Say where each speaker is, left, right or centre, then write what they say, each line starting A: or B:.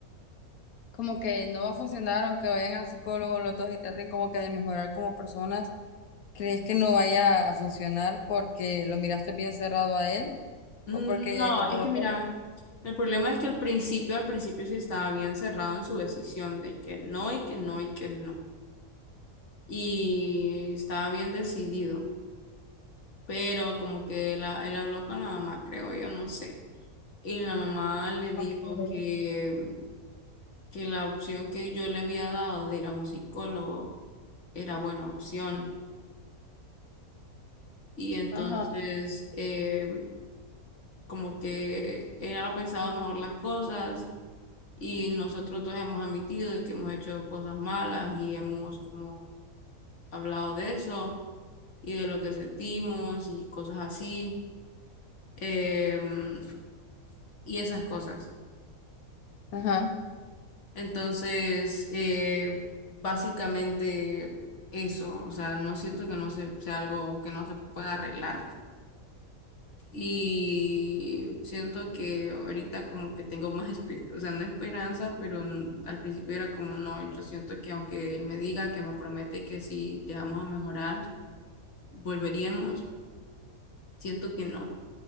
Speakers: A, on the left; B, on the left.
A: como que no va a funcionar, aunque vayan al psicólogo los dos y traten como que de mejorar como personas, ¿crees que no vaya a funcionar porque lo miraste bien cerrado a él
B: Mm,
A: o porque
B: No,
A: o
B: es
A: por
B: que
A: otra
B: mira, el problema es que al principio, al principio sí estaba bien cerrado en su decisión de que no y que no y que no. Y estaba bien decidido, pero como que él, él habló con la mamá, creo yo, no sé. Y la mamá le dijo
A: razón?
B: que, que la opción que yo le había dado de ir a un psicólogo era buena opción. Y entonces,
A: Ajá.
B: eh, como que él ha pensado mejor las cosas y nosotros todos hemos admitido de que hemos hecho cosas malas y hemos como hablado de eso y de lo que sentimos y cosas así, em, y esas cosas.
A: Ajá.
B: Entonces, eh, básicamente eso, o sea, no siento que no se, sea algo que no se pueda arreglar y siento que ahorita como que tengo más, espe- o sea, no esperanza, pero n- al principio era como no, yo siento que aunque él me diga que me promete que si llegamos a mejorar, volveríamos, siento que no,